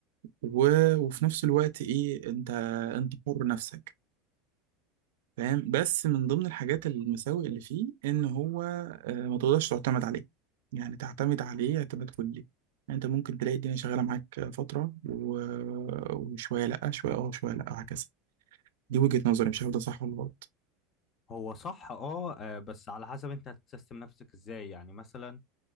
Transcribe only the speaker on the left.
هو صح اه آه، بس على حسب انت هتسيستم نفسك ازاي يعني مثلا